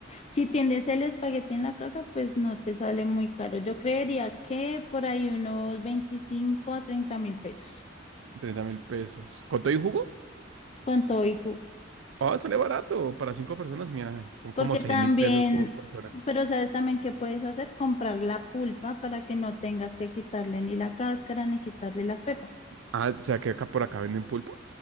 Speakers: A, on the left; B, on the right.
A: Si tienes el espagueti en la casa, pues no te sale muy caro. Yo creería que por ahí unos veinticinco a treinta mil pesos
B: Treinta mil pesos. ¿Con todo y jugo?
A: con todo y jugo.
B: Oh, sale barato. Para cinco personas, mira, son
A: Porque
B: como seis
A: también,
B: mil pesos por persona.
A: pero sabes también qué puedes hacer, comprar la pulpa para que no tengas que quitarle ni la cáscara ni quitarle las pepas.
B: Ah, o sea que acá por acá venden pulpa.